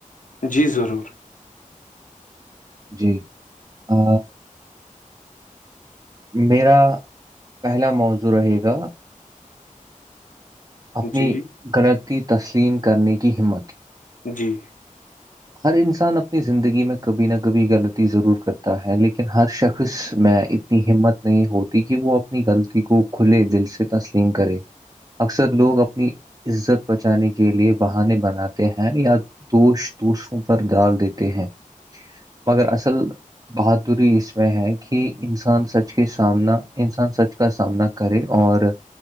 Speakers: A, on the left; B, on the right.
A: جی ضرور
B: جی ہ میرا پہلا موضوع رہے گا اپنی
A: جی
B: غلطتی تسلیم کرنے کی ہمت
A: جی
B: ہر انسان اپنی زندگی میں کبھی نہ کبھی غلطی ضرور کرتا ہے لیکن ہر شخص میں اتنی ہمت نہیں ہوتی کہ وہ اپنی غلطی کو کھلے دل سے تسلیم کرے اکثر لوگ اپنی عزت بچانے کے لیے بہانے بناتے ہیں یا دوش دوسوں پر ڈال دیتے ہیں مگر اصل بہاد دوری اس میں ہے کہ انسان سچ کے سامنا انسان سچ کا سامنا کرے اور